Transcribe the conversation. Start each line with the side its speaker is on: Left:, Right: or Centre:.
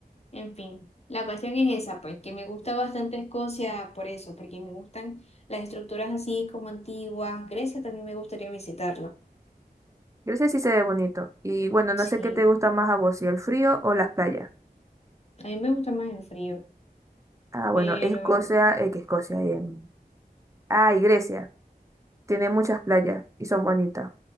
Left: en fin. La cuestión es esa, pues, que me gusta bastante Escocia por eso, porque me gustan las estructuras así como antiguas. Grecia también me gustaría visitarla.
Right: Grecia sí se ve bonito. Y bueno,
Left: Sí,
Right: no sé qué te gusta más a vos, si el frío o las playas.
Left: a mí me gusta más el frío,
Right: Ah, bueno,
Left: pero
Right: Escocia, eh, que Escocia. em, Ah, y Grecia. Tiene muchas playas y son bonitas.